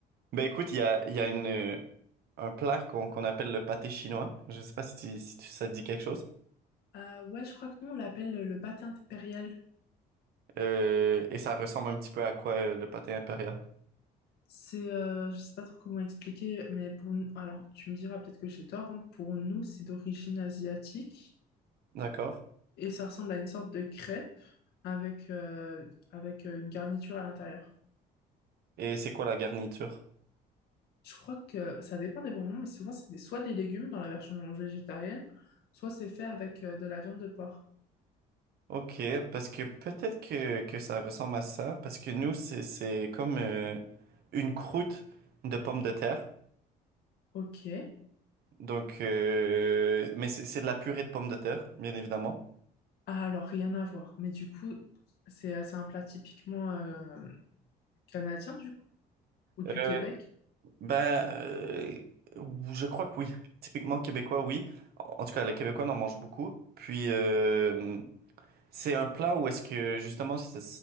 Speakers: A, on the right; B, on the left.
A: Ben écoute, il y a, il y a une, euh, un plat qu'on qu'on appelle le pâté chinois. Je sais pas si, tu- si tu- ça te dit quelque chose.
B: Euh, ouais, je crois que nous, on l'appelle le pâté impérial.
A: Euh, et ça ressemble un petit peu à quoi euh, le pâté impérial.
B: C'est, euh, je sais pas trop comment expliquer, mais pour nous, alors tu me diras peut-être que j'ai tort, hein, pour nous c'est d'origine asiatique
A: D'accord.
B: et ça ressemble à une sorte de crêpe avec, euh, avec euh, une garniture à l'intérieur.
A: Et c'est quoi la garniture?
B: Je crois que ça dépend des moments, mais souvent c'est des- soit des légumes dans la version végétarienne, soit c'est fait avec euh, de la viande de porc.
A: Ok, parce que peut-être que, que ça ressemble à ça, parce que nous, c'est, c'est comme euh, une croûte de pommes de terre.
B: Ok,
A: Donc, euh, mais c'est c'est de la purée de pommes de terre, bien évidemment.
B: Ah, alors rien à voir, mais du coup c'est euh, c'est un plat typiquement euh, canadien du coup, ou du
A: Euh,
B: Québec.
A: ben, euh, je crois que oui. Typiquement québécois, oui. En en tout cas, les Québécois en mangent beaucoup. Puis, euh, c'est un plat où est-ce que, justement, ça,